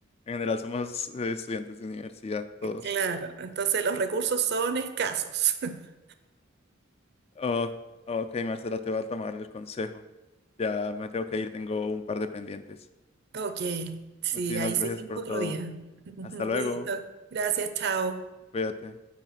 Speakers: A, on the left; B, on the right.
A: en general somos eh, estudiantes de universidad todos.
B: Claro, entonces los recursos son escasos. <laughs>
A: Oh, ok, Marcela, te voy a tomar el consejo. Ya me tengo que ir, tengo un par de pendientes.
B: Ok, sí,
A: Muchísimas
B: ahí
A: gracias
B: seguimos
A: por
B: otro
A: todo.
B: día. <laughs>
A: Hasta luego,
B: Listo, gracias, chao.
A: cuídate.